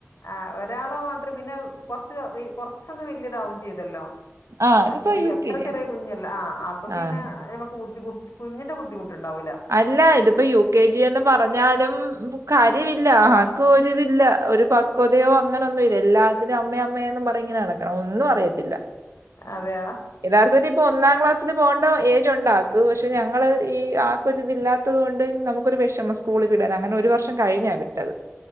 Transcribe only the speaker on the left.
ആഹ് ഒരാള് മാത്രം പിന്നെ കൊറ്ച്ച് കൊറ്ച്ചൊന്ന് വലിയതാവും ചെയ്തല്ലോ.
ചെറിയ
എത്ര
ചെറിയ കുഞ്ഞല്ല ആഹ് അപ്പൊ പിന്നെ
നമുക്ക് ബുദ്ധിമുട്ട കുഞ്ഞിന്റെ ബുദ്ധിമുട്ടുണ്ടാവൂല.
അതെയോ